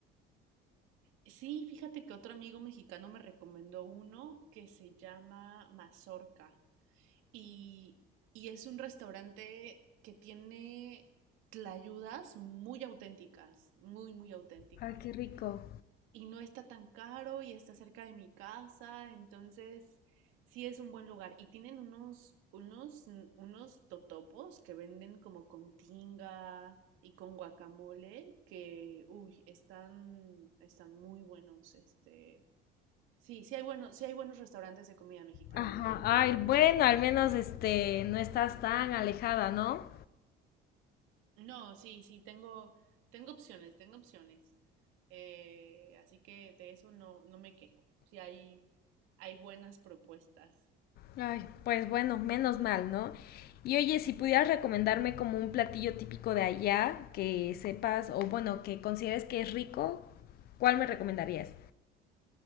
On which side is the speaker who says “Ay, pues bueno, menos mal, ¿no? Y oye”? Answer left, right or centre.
Left